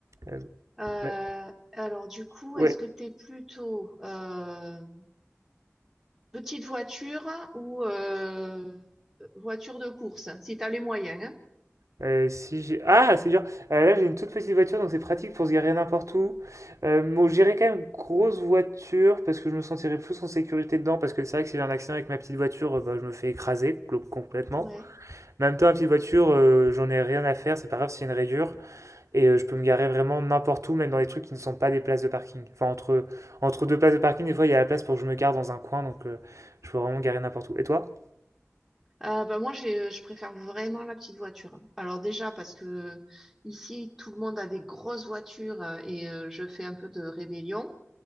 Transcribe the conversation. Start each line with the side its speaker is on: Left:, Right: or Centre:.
Right: Euh,
Centre: Euh,
Right: ouais,
Centre: alors du coup,
Right: ouais,
Centre: est-ce que t'es plutôt euh, Petite voiture ou euh, voiture de course, si tu as les moyens, hein.
Right: Euh, si j'ai... Ah, c'est dur. Euh, là, j'ai une toute petite voiture, donc c'est pratique pour se garer n'importe où. Euh, bon, j'irai quand même grosse voiture parce que je me sentirai plus en sécurité dedans. Parce que c'est vrai que si j'ai un accident avec ma petite voiture, euh, bah, je me fais écraser clo- complètement.
Centre: Ouais.
Right: Mais en même temps, ma petite voiture, euh, j'en ai rien à faire. C'est pas grave s'il y a une rayure. Et euh, je peux me garer vraiment n'importe où, même dans les trucs qui ne sont pas des places de parking. Enfin, entre, entre deux places de parking, des fois, il y a la place pour que je me gare dans un coin. Donc, euh, je peux vraiment me garer n'importe où. Et toi?
Centre: Euh, bah moi, j'ai, je préfère vraiment la petite voiture. Alors déjà, parce que ici, tout le monde a des grosses voitures euh, et euh, je fais un peu de rébellion.